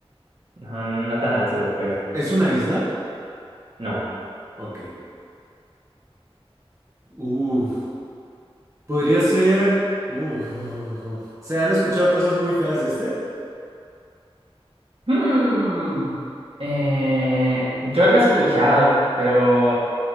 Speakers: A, on the right (about 70°); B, on the right (about 30°).
A: No, no tan al sur, pues.
B: es una isla?
A: No.
B: Ok. Uf, podría ser. Uf, uf, uf. ¿Se han escuchado cosas muy feas de este?
A: Hmm. Eh, yo lo he escuchado, pero.